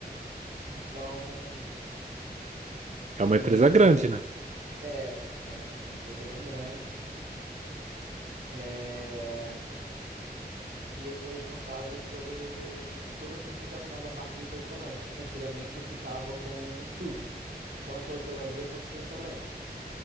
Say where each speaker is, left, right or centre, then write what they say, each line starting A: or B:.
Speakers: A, on the right (about 85°); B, on the right (about 45°).
A: Então,
B: É uma
A: e
B: empresa grande, né?
A: é, é é uma empresa bem grande. É, e eu sou responsável pelo toda a comunicação da parte dos restaurantes. Antigamente eu ficava com tudo, tanto a hotelaria quanto os restaurantes.